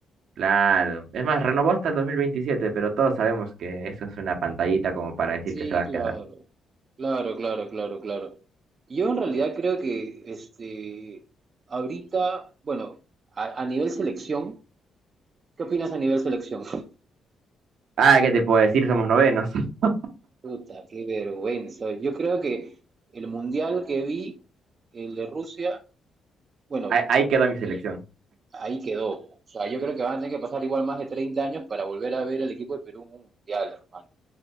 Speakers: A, on the right; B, on the right.
A: claro, es más, renovó hasta el 2027 pero todos sabemos que eso es una pantallita como para decir
B: Sí,
A: que se va a quedar.
B: claro. Claro, claro, claro, claro. Yo en realidad creo que este ahorita, bueno, a, a nivel selección, ¿qué opinas a nivel selección? <laughs>
A: Ah, ¿qué te puedo decir? Somos novenos. <laughs>
B: Puta, qué vergüenza. Yo creo que el mundial que vi, el de Rusia, bueno,
A: Ahí, ahí quedó
B: yo
A: mi
B: mira,
A: selección.
B: ahí quedó. O sea, yo creo que van a tener que pasar igual más de 30 años para volver a ver al equipo de Perú en un mundial, hermano.